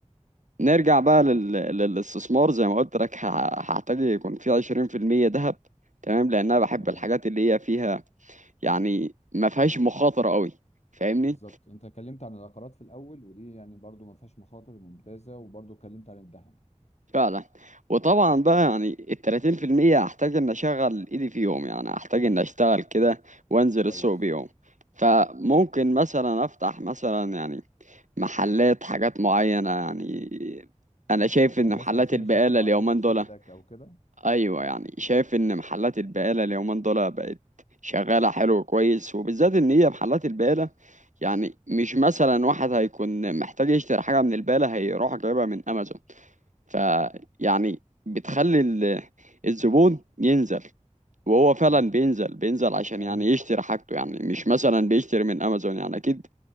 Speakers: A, on the right; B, on the left.
A: نرجع بقى لل... للاستثمار زي ما قلت لك ه- هحتاج يكون في 20% ذهب تمام لأن أنا بحب
B: تمام
A: الحاجات اللي هي فيها يعني ما فيهاش مخاطرة قوي فاهمني
B: بالظبط انت اتكلمت عن العقارات في الاول ودي يعني برضو ما فيهاش مخاطر ممتازه وبرضو اتكلمت عن الذهب
A: فعلا وطبعا بقى يعني ال 30% هحتاج إن أشغل إيدي فيهم يعني هحتاج إن أشتغل كده وأنزل
B: كويس
A: السوق بيهم فممكن مثلا أفتح مثلا يعني محلات حاجات معينة يعني أنا شايف
B: يعني
A: إن
B: مثلا
A: محلات
B: في
A: البقالة
B: مشاريع معينه
A: اليومين
B: تشدك
A: دول
B: او كده
A: ايوه يعني شايف ان محلات البقاله اليومين دول بقت شغاله حلو كويس وبالذات ان هي محلات البقاله يعني مش مثلا واحد هيكون محتاج يشتري حاجه من البقاله هيروح جايبها من امازون فيعني بتخلي ال- الزبون ينزل وهو فعلا
B: مم.
A: بينزل بينزل عشان
B: ايوه
A: يعني يشتري حاجته يعني مش مثلا بيشتري من امازون يعني اكيد